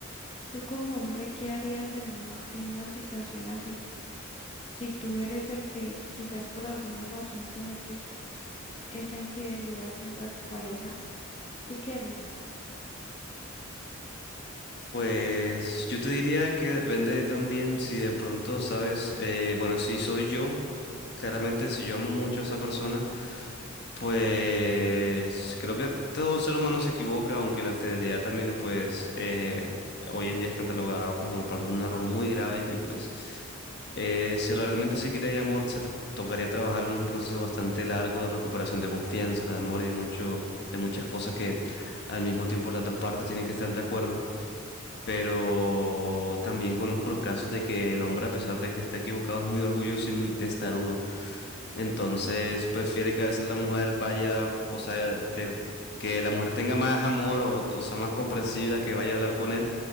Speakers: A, on the left; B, on the left.
A: tú como hombre, ¿qué harías en una, en una situación así? Si tú eres el que quizás por alguna razón cometes esa infidelidad contra tu pareja, ¿tú qué harías?
B: Pues yo te diría que depende también si de pronto sabes, eh, bueno, si soy yo. Claramente, si yo amo mucho a esa persona, pues creo que todo ser humano se equivoca, aunque la infidelidad también es, pues, eh, hoy en día es catalogada como por ejemplo, un error muy grave y pues, eh, si realmente se quiere hay amor, se tra- tocaría trabajar en un proceso bastante largo de recuperación de confianza, de amor y de mucho, de muchas cosas que al mismo tiempo las dos partes tienen que estar de acuerdo. Pero también conozco los casos de que el hombre, a pesar de que está equivocado, es muy orgulloso y muy testarudo. Entonces prefiere que a veces la mujer vaya, o sea, te- que la mujer tenga más amor o, o sea más comprensiva que vaya a hablar con él,